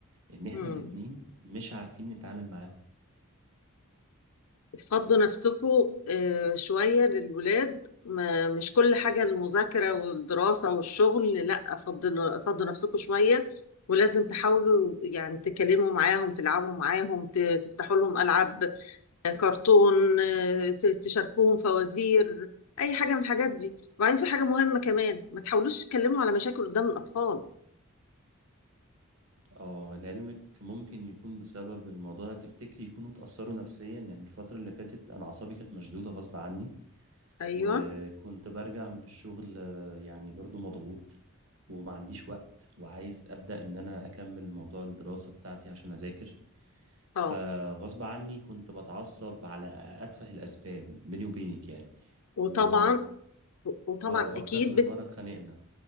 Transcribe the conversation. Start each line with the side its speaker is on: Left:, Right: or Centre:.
Right: إن احنا
Left: امم
Right: الاتنين مش عارفين نتعامل معاهم
Left: فضوا نفسكم آه، شوية للولاد ما مش كل حاجة المذاكرة والدراسة والشغل لا فضلوا فضوا نفسكم شوية ولازم تحاولوا يعني تكلموا معاهم تلعبوا معاهم ت- تفتحوا لهم ألعاب آه، كرتون آه، ت- تشاركوهم فوازير أي حاجة من الحاجات دي وبعدين في حاجة مهمة كمان ما تحاولوش تتكلموا على مشاكل قدام الأطفال
Right: اه لعلمك ممكن يكون بسبب الموضوع ده تفتكري يكونوا اتأثروا نفسيا يعني الفترة اللي فاتت أنا أعصابي كانت مشدودة غصب عني
Left: أيوه
Right: وكنت برجع من الشغل آه، يعني برضو مضغوط وما عنديش وقت وعايز أبدأ إن أنا أكمل موضوع الدراسة بتاعتي عشان أذاكر
Left: اه
Right: فغصب عني كنت بتعصب على أتفه الأسباب بيني وبينك يعني
Left: وطبعا
Right: و...
Left: وطبعا
Right: آه، وأكتر
Left: أكيد
Right: من مرة اتخانقنا